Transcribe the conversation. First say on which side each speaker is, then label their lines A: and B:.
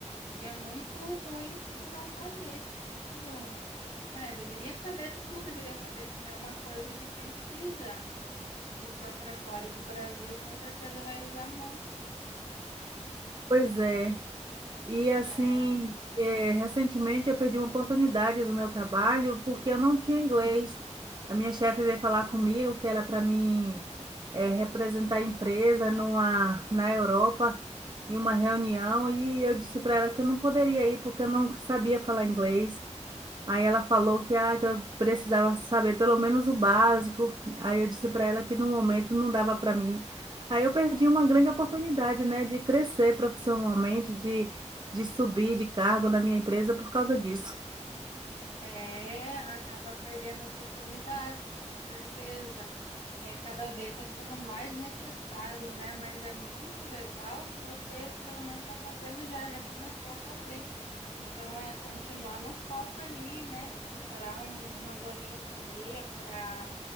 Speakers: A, on the left; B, on the right.
A: E é muito ruim, tipo, não saber. Muito, né? Deveria saber, todo mundo deveria saber, porque é uma coisa que precisa. Se for para fora do Brasil, com certeza vai usar muito.
B: pois é. E assim,
A: É,
B: é, recentemente eu perdi uma oportunidade do meu trabalho porque eu não tinha inglês. A minha chefe veio falar comigo que era para mim é, representar a empresa numa, na Europa, em uma reunião, e eu disse para ela que eu não poderia ir porque eu não sabia falar inglês. Aí ela falou que, ah, que eu precisava saber pelo menos o básico. Aí eu disse para ela que no momento não dava para mim. Aí eu perdi uma grande oportunidade, né, de crescer profissionalmente, de, de subir de cargo na minha empresa por causa disso.
A: é, acaba perdendo oportunidades, com certeza. É, cada vez está ficando mais necessário, né? Mas é muito legal que você, pelo menos, está fazendo já, já começou a fazer. Então, é continuar no foco ali, né? Separar um- umas horinhas no dia para